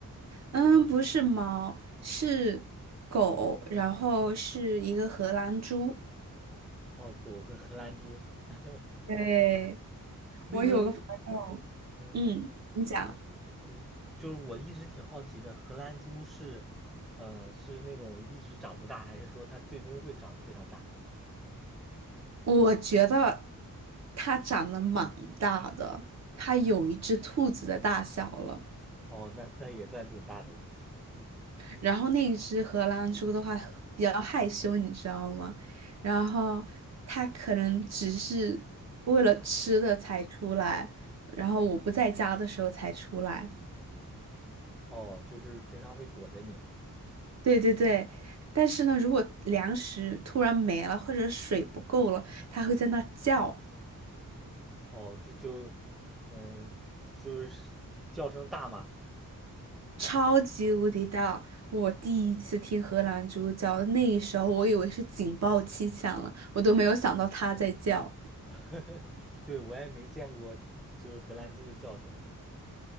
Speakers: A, on the right; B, in the centre.
A: 嗯，不是猫，是狗，然后是一个荷兰猪。
B: 哦，狗和荷兰猪，<laughs>
A: 对，
B: 那个，
A: 我有个朋友，
B: 嗯，
A: 嗯，你讲。
B: 你是你就是我一直挺好奇的，荷兰猪是，呃，是那种一直长不大，还是说它最终会长得非常大？
A: 我觉得它长得蛮大的，它有一只兔子的大小了。
B: 哦，那那也算挺大的了。
A: 然后那一只荷兰猪的话比较害羞，你知道吗？然后它可能只是为了吃的才出来，然后我不在家的时候才出来。
B: 哦，就是平常会躲着你啊。
A: 对对对，但是呢，如果粮食突然没了或者水不够了，它会在那叫。
B: 哦，就就，嗯，就是叫声大吗？
A: 超级无敌大！我第一次听荷兰猪叫，那一时候我以为是警报器响了，我都没有想到它在叫。
B: <laughs> 对，我也没见过，就是荷兰猪的叫声。